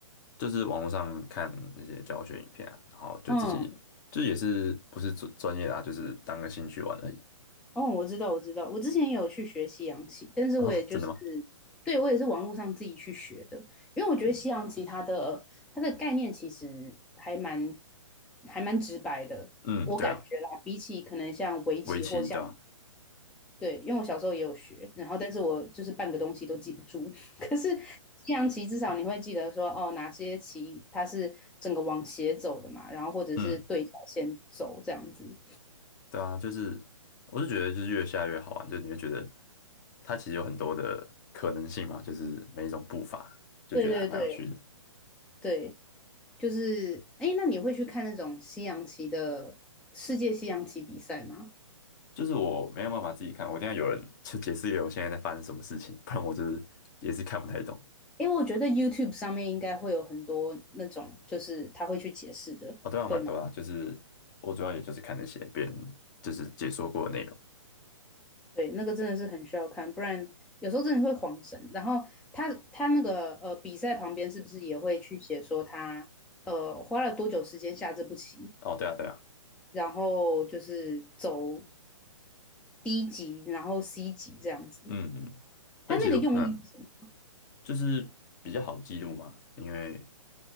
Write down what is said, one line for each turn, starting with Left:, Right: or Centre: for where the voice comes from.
Left: 就是网络上看那些教学影片啊，然后就自己就也是不是专专业的啊，
Centre: 嗯，
Left: 就是当个兴趣玩而已。
Centre: 哦，我知道，我知道，我之前也有去学西洋棋，但是我也就是，
Left: 哦，真的吗？
Centre: 对，我也是网络上自己去学的，因为我觉得西洋棋它的它的概念其实还蛮还蛮直白的，
Left: 嗯，
Centre: 我感觉啦，
Left: 对啊，
Centre: 比起可能像围棋或像。
Left: 围棋对吧？
Centre: 对，因为我小时候也有学，然后但是我就是半个东西都记不住。<laughs> 可是西洋棋至少你会记得说，哦，哪些棋它是整个往斜走的嘛，然后或者是对角线走这样子。
Left: 嗯，对啊，就是我是觉得就是越下越好玩，就你会觉得它其实有很多的可能性嘛，就是每一种步伐就觉得还蛮有趣的。
Centre: 对对对对，就是哎，那你会去看那种西洋棋的世界西洋棋比赛吗？
Left: 就是我没有办法自己看，我一定要有人去解释给我现在在发生什么事情，不然我就是也是看不太懂。
Centre: 因为我觉得 YouTube 上面应该会有很多那种，就是他会去解释的，
Left: 哦，对啊，
Centre: 会吗？
Left: 蛮多啦，就是我主要也就是看那些别人就是解说过的内容。
Centre: 对，那个真的是很需要看，不然有时候真的会晃神。然后他他那个呃比赛旁边是不是也会去写说他呃花了多久时间下这步棋，
Left: 哦，对啊，对啊，
Centre: 然后就是走 D 级，然后 C 级这样子。
Left: 嗯嗯，但其实嗯，
Centre: 他那个用意是什么
Left: 就是比较好记录嘛，因为